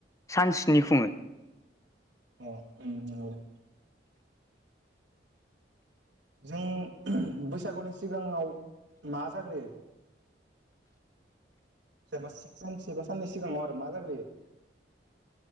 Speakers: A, on the left; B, on the right.
A: सान स्नि खुङो।
B: अ ओम नंगौ दे। जों बैसागुनि सिगाङाव मा जाग्रोयो? सोरबा सानसेबा साननै सिगाङाव आरो मा जाग्रोयो? <inaudible>